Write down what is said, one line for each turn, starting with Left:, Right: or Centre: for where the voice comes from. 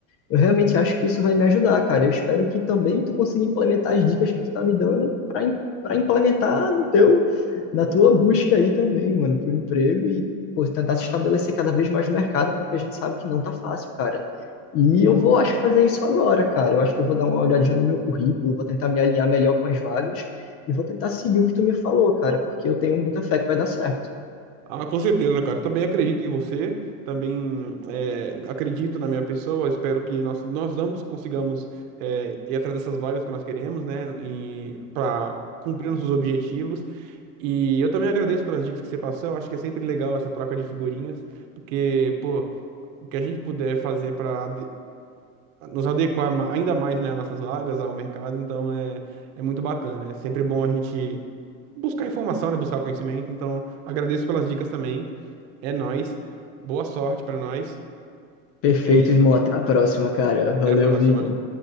Left: Eu realmente acho que isso vai me ajudar, cara. Eu espero que também tu consiga implementar as dicas que tu tá me dando para para implementar no teu na tua busca aí também, mano, por emprego e pô, tentar se estabelecer cada vez mais no mercado, porque a gente sabe que não tá fácil, cara. E
Right: Em-
Left: eu vou, acho que fazer isso agora, cara. Eu acho que eu vou dar uma olhadinha no meu currículo, vou tentar me alinhar melhor com as vagas e vou tentar seguir o que tu me falou, cara, porque eu tenho muita fé que vai dar certo.
Right: Ah, com certeza, cara. Também acredito em você, também é, acredito na minha pessoa. Espero que nós, nós ambos consigamos é, ir atrás dessas vagas que nós queremos, né? E para cumprir nossos objetivos. E eu também agradeço pelas dicas que você passou. Eu acho que é sempre legal essa troca de figurinhas, porque, pô, o que a gente puder fazer para nos adequar ma- ainda mais, né, às nossas vagas, ao mercado, então é, é muito bacana. É sempre bom a gente buscar informação, né, buscar conhecimento. Então, agradeço pelas dicas também. É nóis. Boa sorte para nós.
Left: Perfeito,
Right: E é isso.
Left: irmão. Até a próxima, cara. Valeu,
Right: Até a próxima.
Left: Vini.